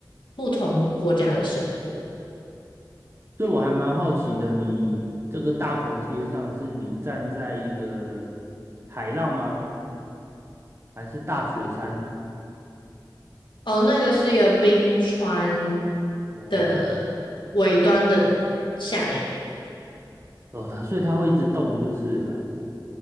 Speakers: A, on the left (about 80°); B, on the right (about 35°).
A: 不同国家的生活。
B: 所以我还蛮好奇的，你这个大头贴上是你站在一个海浪吗？还是大雪山？
A: 哦，那个是一个冰川
B: 哦
A: 的尾端的下面。
B: 哦，它所以它会一直动就是了啦，